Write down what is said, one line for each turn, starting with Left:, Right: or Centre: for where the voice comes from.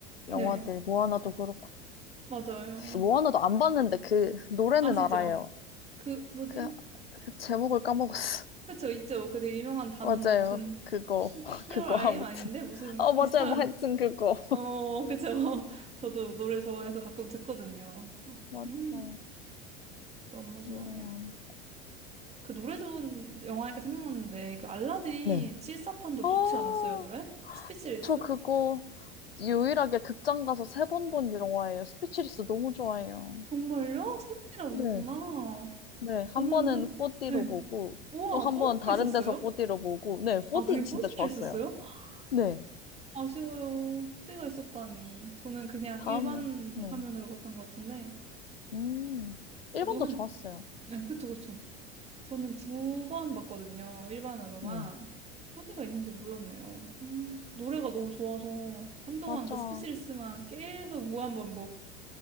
Left: 영화들,
Right: 네,
Left: 모아나도 그렇고,
Right: 맞아요.
Left: 모아나도 안 봤는데 그 노래는
Right: 아시죠?
Left: 알아요.
Right: 그 뭐지?
Left: 그, 그 제목을 까먹었어.
Right: 그쵸, 있죠. 그 되게 유명한 단어인데
Left: 맞아요.
Right: 무슨
Left: 그거,
Right: 히,
Left: <laughs>
Right: 히어라임
Left: 그거, 아무튼.
Right: 아닌데 무슨
Left: 어, 맞아요.
Right: 비슷한
Left: 뭐 하여튼 그거.
Right: 어, 그쵸. <laughs> 저도 노래 좋아해서 가끔 듣거든요. 어,
Left: 맞죠.
Right: 음, 너무
Left: 좋네요.
Right: 좋아요. 그 노래 좋은 영화니까 생각났는데, 그 알라딘
Left: 네.
Right: 실사판도
Left: 어,
Right: 좋지 않았어요, 노래? 그 스피치리스?
Left: 저 그거 유일하게 극장 가서 세 번 본 영화예요. 스피치리스 너무 좋아해요.
Right: 정말요? 세 번이나 보셨구나.
Left: 네. 네, 한
Right: 저는
Left: 번은
Right: 한,
Left: 4D로
Right: 네.
Left: 보고,
Right: 우와,
Left: 또 한
Right: 뽀디도
Left: 번 다른
Right: 있었어요?
Left: 데서 4D로 보고, 네, 4D
Right: 아, 그게 뽀디가
Left: 진짜 좋았어요.
Right: 있었어요? <gasps>
Left: 네.
Right: 아쉬워요. 뽀디가 있었다니. 저는 그냥
Left: 다음에,
Right: 일반
Left: 네.
Right: 화면으로 봤던 것 같은데,
Left: 음, 1번도
Right: 저도 한,
Left: 좋았어요.
Right: 네, 그쵸, 그쵸. 저는 두 번 봤거든요. 일반으로만.
Left: 네.
Right: 어디가 있는지 몰랐네요. 음, 노래가 너무 좋아서 한동안
Left: 맞아.
Right: 그 스피치리스만 계속 무한반복.